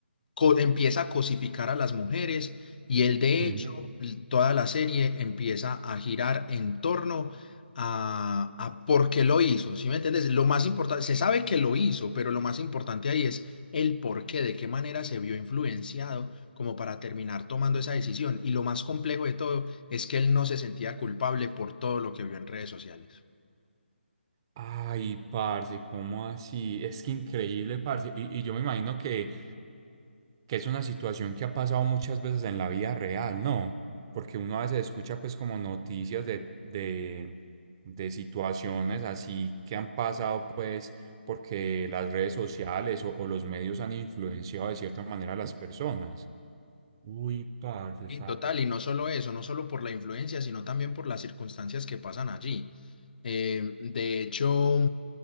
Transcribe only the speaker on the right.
Ujú.
Ay, parce, ¿cómo así? Es que increíble, parce. Y, y yo me imagino que, que es una situación que ha pasado muchas veces en la vida real, ¿no? Porque uno a veces escucha pues como noticias de, de, de situaciones así que han pasado pues porque las redes sociales o, o los medios han influenciado de cierta manera a las personas. Uy, parce,
esa...